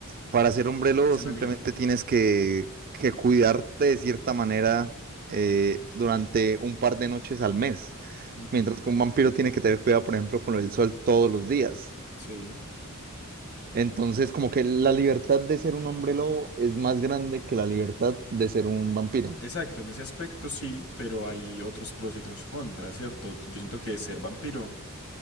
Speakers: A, on the right; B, on the left.
A: para ser hombrelo
B: Funcionalidad.
A: simplemente tienes que, que cuidarte de cierta manera eh, durante un par de noches al mes,
B: Ujú,
A: mientras que un vampiro tiene que tener cuidado, por ejemplo, con el sol todos los días.
B: Sí.
A: Entonces, como que la libertad de ser un hombrelo es más grande que la libertad de ser un vampiro.
B: Exacto, en ese aspecto sí, pero hay otros pros y otros contras, ¿cierto? Yo, yo siento que ser vampiro,